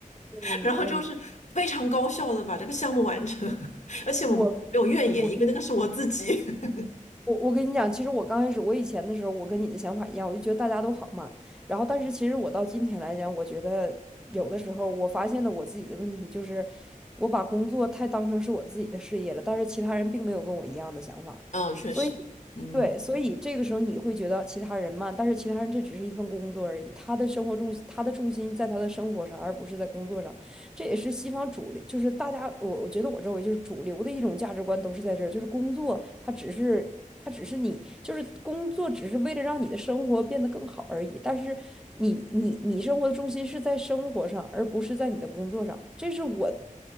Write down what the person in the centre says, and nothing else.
嗯嗯
我我跟
我我跟你讲，其实我刚开始我以前的时候，我跟你的想法一样，我就觉得大家都好慢。然后，但是其实我到今天来讲，我觉得有的时候我发现了我自己的问题，就是我把工作太当成是我自己的事业了，但是其他人并没有跟我一样的想法，
所以。
对，所以这个时候你会觉得其他人慢，但是其他人这只是一份工作而已，他的生活重，他的重心在他的生活上，而不是在工作上。这也是西方主流，就是大家我我觉得我周围就是主流的一种价值观都是在这儿，就是工作它只是它只是你就是工作只是为了让你的生活变得更好而已，但是你你你生活的重心是在生活上，而不是在你的工作上，这是我。